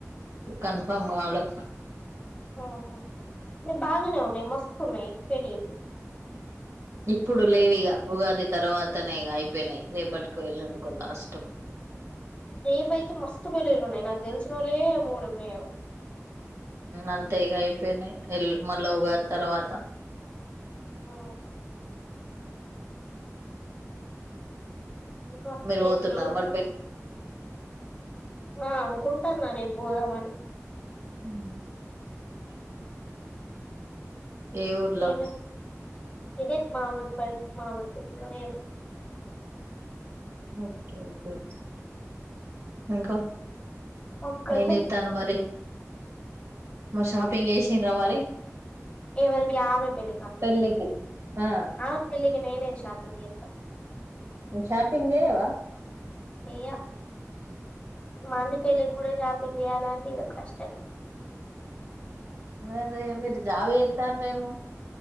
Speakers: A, on the right (about 60°); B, on the left (about 25°).
A: కన్ఫర్మ్ గాలే
B: మ్ హు మరి బాగానే ఉన్నాయి మస్తున్నాయి పెళ్ళిళ్ళు
A: ఇప్పుడు లేవు ఇగ ఉగాది తర్వాతనే ఇగ అయిపోయినయ్ రేపటికో ఎళ్ళుండుకో లాస్ట్
B: రేపు అయితే మస్తు పెళ్ళిళ్ళు ఉన్నాయి నాకు దెలిసిన వోళ్ళే మూడు ఉన్నాయ ఏమో
A: అంతే ఇగ అయిపోయినాయి వె మళ్ళా ఉగాది తర్వాత
B: ఆ
A: ఉ
B: ఇంకా
A: మీరు
B: ఏంది
A: పోతున్నారు
B: ఏం
A: మరి
B: సంఘ
A: పె
B: ఆ అనుకుంటున్నారే బోదామని
A: మ్ ఏ ఊర్లో
B: ఏదో ఇదే మామిడిపల్లి మామిడిపిల్లో ఏదో
A: ఓకే ఓకే ఇంక
B: అక్కడనే
A: ఏన్ జేత్తాను మరి మ షాపింగ్ చేసిన్రా మరి
B: ఎవరికి ఆమె పెళ్లిక
A: పెళ్ళికి ఆ
B: ఆమె పెళ్లి కి నేనే షాపింగ్ చేస్తా
A: షాపింగ్ జేయవ
B: చెయ్య మాంది పెళ్ళి కూడా షా పింగ్ చేయలంటే ఇక కష్టం
A: ఎంది మీరు జాబ్ ఎత్తాన్రేమో